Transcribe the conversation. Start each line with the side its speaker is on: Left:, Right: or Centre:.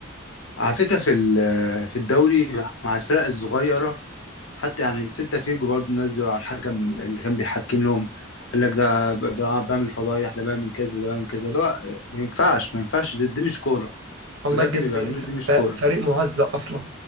Left: على فكرة في ال- في الدوري مع الفرق الصغيرة حتى يعني سيلتا فيجو برضه نزلوا على الحكم اللي كان بيحكم لهم قال لك ده ده بعمل فضايح ده بعمل كذا ده بعمل كذا اللي هو ما ينفعش ما ينفعش دي, دي مش كورة
Right: والله
Left: بجد
Right: بجد
Left: اللي بيعملوه
Right: ف...
Left: دي مش
Right: ف-
Left: كورة
Right: فريق مهزأ اصلا